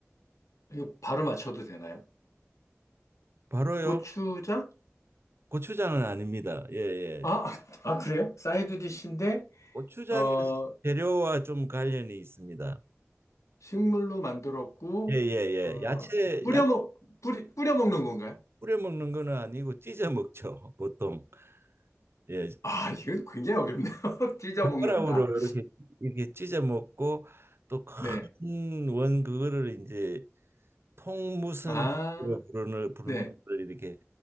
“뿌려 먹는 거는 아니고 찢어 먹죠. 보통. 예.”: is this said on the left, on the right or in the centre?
Right